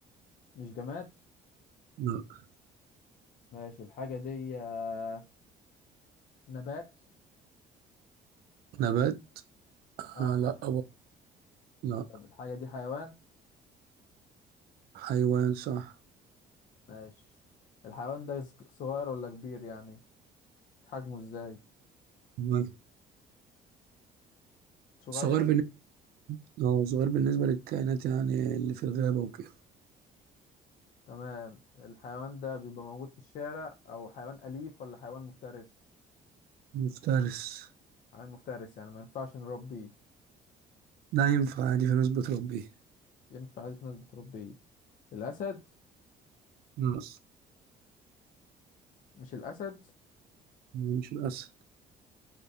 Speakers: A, on the left; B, on the right.
A: مش جماد
B: لا.
A: ماشي الحاجه دي آه، نبات
B: نبات
A: اه
B: آه لا
A: نبات
B: أبو. لا
A: طب الحاجه دي حيوان
B: حيوان صح
A: ماشي الحيوان ده صغ- صغير ولا كبير يعني حجمه ازاي
B: تمام.
A: صغير
B: صغير بالنسبه اه صغير بالنسبه للكائنات يعني اللي في الغابه وكده
A: تمام الحيوان ده بيبقى موجود في الشارع او حيوان اليف ولا حيوان مفترس
B: مفترس
A: حيوان مفترس يعني ما ينفعش نربيه
B: ده ينفع عادي في ناس بتربيه
A: ينفع عادي في ناس بتربيه الاسد
B: لا
A: مش الاسد
B: مش الاسد